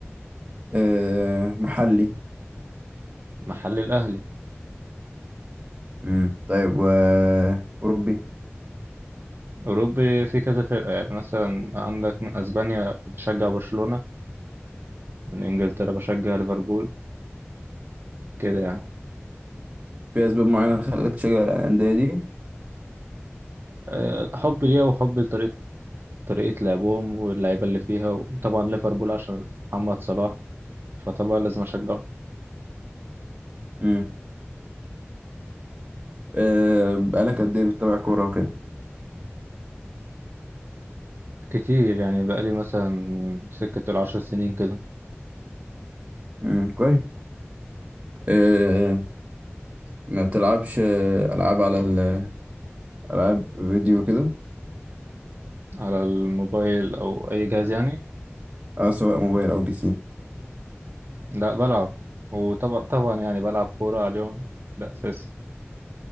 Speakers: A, on the right; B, on the right.
A: آه، محلي
B: محلي الاهلي
A: امم طيب و أوروبي
B: اوروبي في كذا فرقة يعني مثلا عندك من اسبانيا بشجع برشلونة من انجلترا بشجع ليفربول كده يعني
A: في أسباب معينة خلتك تشجع الأندية دي
B: أه، حب ليها وحب لطريقة طريقة لعبهم واللعيبة اللي فيها وطبعا ليفربول عشان محمد صلاح فطبعا لازم أشجعه
A: امم آه بقالك قد إيه بتتابع كورة وكده
B: كتير يعني بقالي مثلا سكة العشر سنين كده
A: امم كويس آه ما بتلعبش آه، ألعاب على ال- ألعاب فيديو كده
B: على الموبايل أو أي جهاز يعني
A: أه سواء موبايل أو بي سي
B: لا بلعب وطبعا طبعا يعني بلعب كورة على اليوم ده أساسي